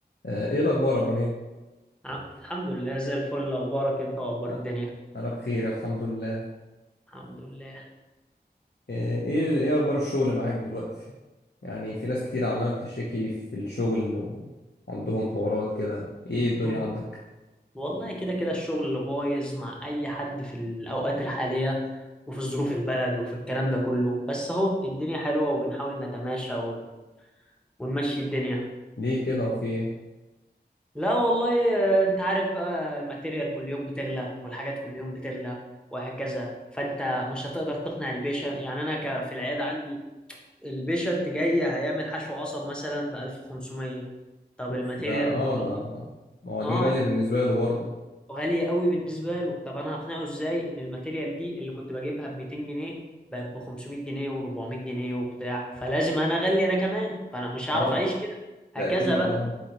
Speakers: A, on the left; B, in the centre.
A: آه، ايه الاخبار يا ابراهيم
B: عم- الحمد لله زي الفل اخبارك انت واخبار
A: آه،
B: الدنيا
A: انا بخير الحمد لله
B: الحمد لله
A: آه، ايه ايه اخبار الشغل معاك دلوقتي يعني في ناس كتير عماله بتشتكي في الشغل وعندهم حوارات كده ايه الدنيا
B: مم.
A: عندك
B: والله كده كده الشغل اللي بايظ مع اي حد في الاوقات الحاليه وفي ظروف البلد وفي الكلام ده كله بس اهو الدنيا حلوه وبنحاول نتماشى ون- ونمشي الدنيا
A: ليه كده وفي ايه
B: لا والله آه، انت عارف بقى الماتيريال كل يوم بتغلى والحاجات كل يوم بتغلى وهكذا فانت مش هتقدر تقنع البيشنت يعني انا ك- في العياده عندي البيشنت جاي هيعمل حشو عصب مثلا ب 1500 طب
A: اوف
B: الماتيريال
A: ده اه
B: النهارده
A: ده ما هو دي
B: اه
A: غاليه بالنسبه له برضه
B: وغالية قوي بالنسبة له طب انا هقنعه ازاي ان الماتيريال دي اللي كنت بجيبها ب 200 جنيه بقت ب 500 جنيه و400 جنيه وبتاع فلازم انا اغلي انا كمان فانا مش هعرف
A: اه
B: اعيش كده هكذا
A: ده اكيد
B: بقى
A: اه